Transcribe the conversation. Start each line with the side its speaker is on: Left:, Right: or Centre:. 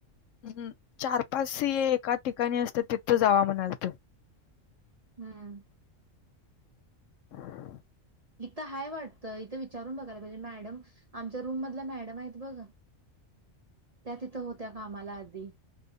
Left: हम्म चार पाच सीये हे एका ठिकाणी असतात तिथो जावा म्हणाल तो
Right: हम्म
Left: हम्म.
Right: इथं हय वाटतं इथं विचारून बघायला पाहिजे मॅडम आमच्या रूम मधल्या मॅडम आहेत बघ त्या तिथं होत्या कामाला आधी